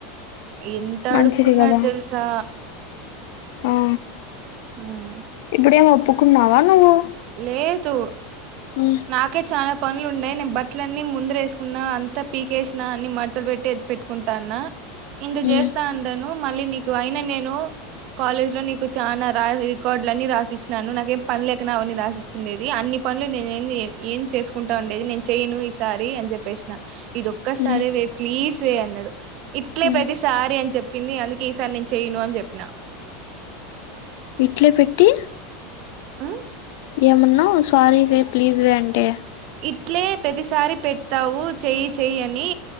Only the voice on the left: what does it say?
మంచిది
కదా
ఆ
ఇప్పుడేం ఒప్పుకున్నావా నువ్వు
ఉమ్
ఉమ్
ఉమ్
ఉమ్
ఇట్లే పెట్టి
ఏమన్నావు సారీవే ప్లీజ్ వే అంటే